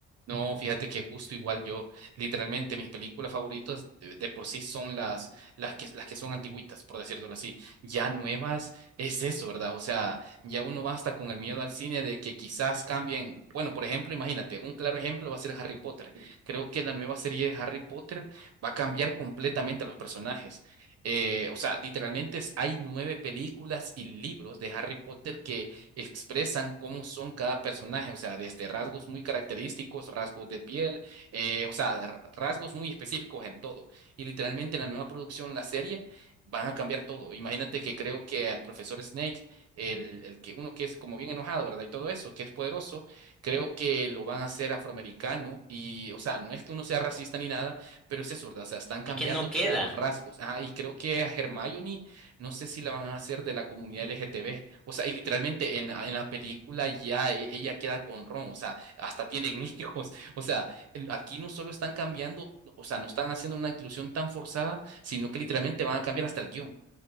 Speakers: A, on the right (about 55°); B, in the centre.
A: No, fíjate que justo igual yo, literalmente mis películas favoritas de, de por sí son las, las que, las que son antigüitas, por decirlo así. Ya nuevas es eso, ¿verdad? O sea, ya uno va hasta con el miedo al cine de que quizás cambien. Bueno, por ejemplo, imagínate, un claro ejemplo va a ser Harry Potter. Creo que la nueva serie de Harry Potter va a cambiar completamente a los personajes. Eh, o sea, literalmente es- hay nueve películas y libros de Harry Potter que expresan cómo son cada personaje, o sea, desde rasgos muy característicos, rasgos de piel, eh, o sea, r- rasgos muy específicos en todo. Y literalmente en la nueva producción, la serie, van a cambiar todo. Imagínate que creo que al profesor Snake, el, el que uno que es como bien enojado, ¿verdad? Y todo eso, que es poderoso, creo que lo van a hacer afroamericano y, o sea, no es que uno sea racista ni nada, pero es eso, ¿verdad? O sea, están cambiando
B: Es que no
A: todos
B: queda.
A: los rasgos. Ajá, y creo que a Hermione, no sé si la van a hacer de la comunidad LGTB. O sea, y literalmente en, la- en la película ya e- ella queda con Ron, o sea, hasta tienen <laughs> hijos. O sea, el- aquí no solo están cambiando, o sea, no están haciendo una inclusión tan forzada, sino que literalmente van a cambiar hasta el guión.